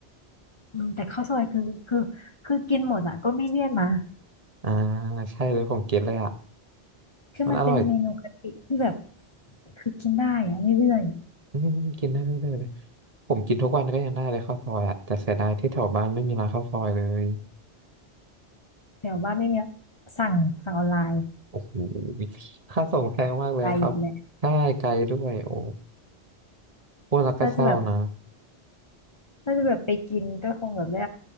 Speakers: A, on the left; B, on the right.
A: อืมแต่ข้าวซอยคือคือคือกินหมดอ่ะก็ไม่เลี่ยนนะ
B: อ่าใช่เลยผมกินเลยอ่ะ
A: คือมันเป็นเมนูกะทิที่แบบ
B: มันอร่อย
A: คือกินได้อ่ะเรื่อย
B: อืมกินได้เรื่อยๆเลยผมกินทุกวันก็ยังได้เลยข้าวซอยอ่ะแต่เสียดายที่แถวบ้านไม่มีร้านข้าวซอยเลย
A: ๆแต่ว่าไม่มีสั่งสั่งออนไลน์
B: โอ้โหค่าส่งแพงมากเลยอะครับใช่ไกลด้วยโอ้
A: ไกลอีกแหละ
B: พูดแล้วก็เศร้านะ
A: น่าจะแบบน่าจะแบบไปกินก็คงแบบได้